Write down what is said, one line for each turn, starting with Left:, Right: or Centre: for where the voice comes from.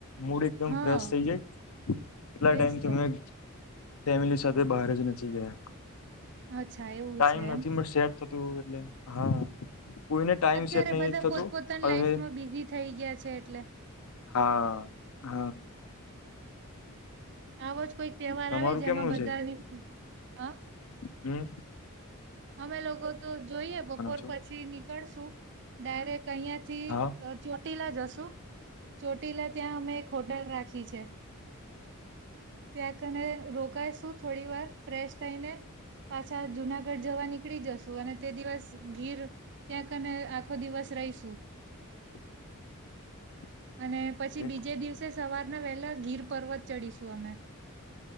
Left: મૂડ એકદમ
Right: હા
Left: ફ્રેશ થઇ જાય કેટલા ટાઈમ
Right: એજ તો
Left: તમે ફેમિલી સાથે બહાર જ નથી ગયા
Right: અચ્છા એવું
Left: ટાઈમ
Right: છે એમ
Left: નથી <unintelligible> હા કોઈને ટાઈમ
Right: અત્યારે
Left: સેટ નહી
Right: બધા
Left: થતું
Right: પોતપોતાની
Left: હવે
Right: લાઈફમાં બિઝી થઈ ગયા છે એટલે
Left: હા હા
Right: આવો જ કોઈક તહેવાર
Left: તમારું
Right: આવે જેમાં
Left: કેમનું
Right: બધાની હ
Left: હમ્મ
Right: અમે લોકો તો જોઈએ બપોર
Left: છો
Right: પછી નીકળશું ડાયરેક્ટ અહિયાં થી
Left: હા
Right: ચોટીલા જશુ ચોટીલા ત્યાં અમે એક હોટલ રાખી છે. ત્યાંકને રોકાયશું થોડી વાર ફ્રેશ થઈને પાછા જુનાગઢ જવા નીકળી જશુ અને તે દિવસ ગીર ત્યાંકને આખો દિવસ રહીશું.
Left: <unintelligible>
Right: અને પછી
Left: એ
Right: બીજે દિવસે સવારના વહેલા ગીર પર્વત ચડીશું અમે